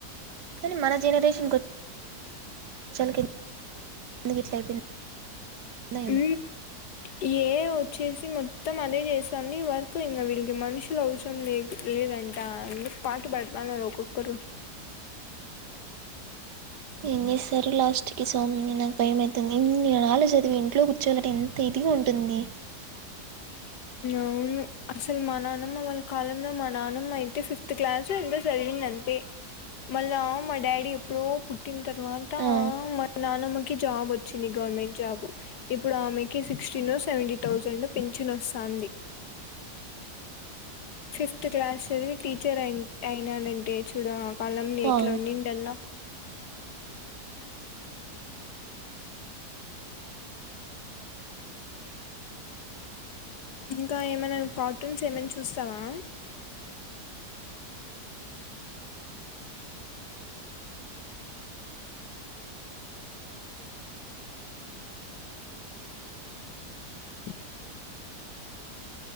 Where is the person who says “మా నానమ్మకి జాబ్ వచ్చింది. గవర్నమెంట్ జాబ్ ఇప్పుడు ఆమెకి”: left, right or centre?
Left